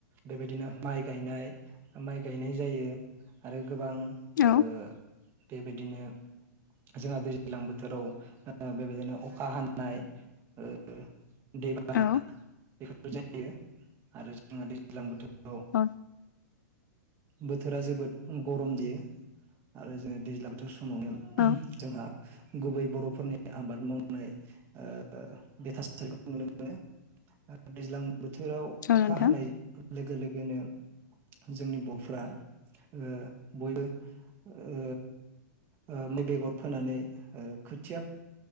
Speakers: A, on the right; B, on the left.
A: बेबायदिनो माइ गायनाय माइ गायनाय जायो आरो गोबां
B: औ
A: ओ बेबायदिनो जोंहा दैज्लां बोथोराव ओ बेबायदिनो अखा हानाय ओ दैबाना
B: औ
A: बेफोर जायो आरो जोंहा दैज्लां बोथोर याव ओ
B: औ
A: बोथोरा जोबोद गरम जायो आरो जोङो दैज्लां बोथोर <unintelligible>
B: औ
A: गुबै बर'फोरनि आबाद मावनाय ओ बे थासारिखौ नुनो मोनो दैज्लां बोथोराव
B: औ
A: अखा
B: नोंथां
A: हानाय लोगो लोगो गोनो जोंनि बर'फ्रा ओ बयबो ओ ओ बेगर फोनानै ओ खोथिया